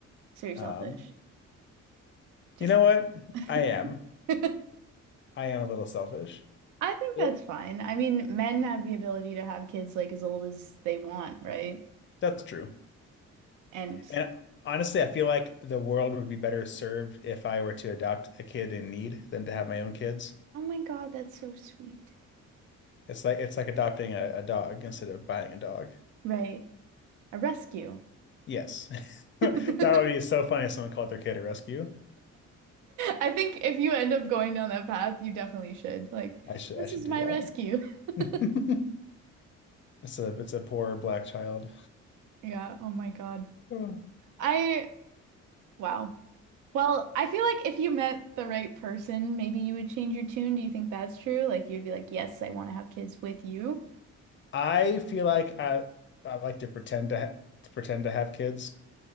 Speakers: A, on the right; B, on the left.
A: so you're
B: Um,
A: selfish. Just
B: you know
A: kidding.
B: what? I am.
A: <laughs> I
B: I am a little selfish.
A: think
B: Yep.
A: that's fine. I mean, men have the ability to have kids like as old as they want, right?
B: That's true.
A: And
B: And honestly, I feel like the world would be better served if I were to adopt a kid in need than to have my own kids.
A: oh my God, that's so sweet.
B: It's like it's like adopting a, a dog instead of buying a dog.
A: Right. A rescue.
B: Yes. <laughs>
A: <laughs>
B: That would be so funny if someone called their kid a rescue.
A: I think if you end up going down that path, you definitely should. Like,
B: I should
A: this
B: I should
A: is
B: do
A: my
B: that.
A: rescue. <laughs>
B: <laughs> It's a it's a poor black child.
A: Yeah, oh my God.
B: Oh.
A: I Wow. Well, I feel like if you met the right person, maybe you would change your tune. Do you think that's true? Like you'd be like, "Yes, I want to have kids with you."
B: I feel like I I like to pretend to, ha to pretend to have kids,